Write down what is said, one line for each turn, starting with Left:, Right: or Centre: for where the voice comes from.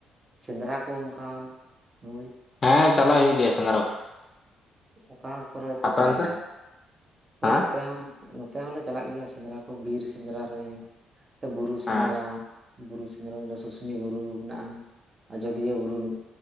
Right: ᱥᱮᱸᱫᱽᱨᱟ ᱠᱚ ᱚᱝᱠᱟ ᱦᱚᱭ
Left: ᱦᱮᱸ ᱪᱟᱞᱟᱣ ᱦᱩᱭᱩᱜ ᱜᱮᱭᱟ ᱥᱮᱸᱫᱽᱨᱟ ᱠᱚ
Right: ᱚᱠᱟ ᱠᱚᱨᱮ ᱯᱮ
Left: ᱟᱯᱮ
Right: ᱪᱟᱞᱟᱜ
Left: ᱚᱱᱛᱮ
Right: ᱜᱮᱭᱟ ᱦᱚᱭ
Left: ᱦᱮᱸ
Right: ᱱᱚᱛᱮ ᱦᱚᱸ ᱱᱚᱛᱮ ᱦᱚᱸᱞᱮ ᱪᱟᱞᱟᱜ ᱜᱮᱭᱟ ᱥᱮᱸᱫᱽᱨᱟ ᱠᱚ ᱵᱤᱨ ᱥᱮᱸᱫᱽᱨᱟ ᱨᱮ ᱱᱚᱛᱮ ᱵᱩᱨᱩ
Left: ᱦᱮᱸ
Right: ᱥᱮᱸᱫᱽᱨᱟ ᱵᱩᱨᱩ ᱥᱮᱸᱫᱽᱨᱟ ᱵᱚᱞᱮ ᱥᱩᱥᱱᱤ ᱵᱩᱨᱩ ᱢᱮᱱᱟᱜᱼᱟ ᱟᱡᱚᱫᱤᱭᱟᱹ ᱵᱩᱨᱩ ᱦᱮᱸ